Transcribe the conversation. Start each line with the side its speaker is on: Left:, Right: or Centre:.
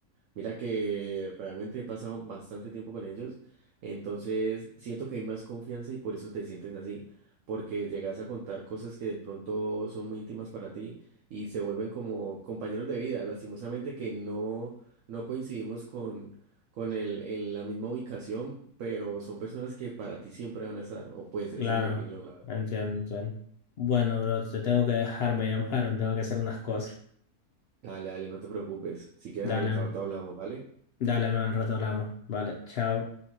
Right: Mira que realmente he pasado bastante tiempo con ellos, entonces siento que hay más confianza y por eso te sientes así, porque llegas a contar cosas que de pronto son muy íntimas para ti y se vuelven como compañeros de vida. Lastimosamente que no, no coincidimos con, con el, en la misma ubicación, pero son personas que para ti siempre van a estar, o pues
Left: Claro,
Right: esa es mi opinión, la verdad.
Left: entiendo, entiendo. Bueno, bro, te tengo que dejar, me llamaron, tengo que hacer unas cosas.
Right: Dale, dale, no te preocupes. Si quieres
Left: Dale,
Right: al rato hablamos, ¿vale?
Left: dale, man, al rato hablamos. Vale, chao.